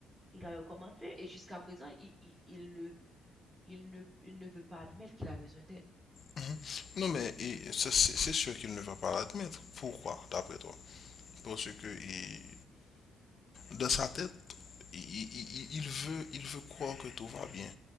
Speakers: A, on the right; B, on the left.
A: il a recommencé. Et jusqu'à présent, il, il, il ne, il ne, il ne veut pas admettre qu'il a besoin d'aide.
B: Mhm. Non, mais il- c'est c'est- c'est sûr qu'il ne va pas l'admettre. Pourquoi, d'après toi? Parce que il- dans sa tête, il, il- il- il veut, il veut croire que tout va bien.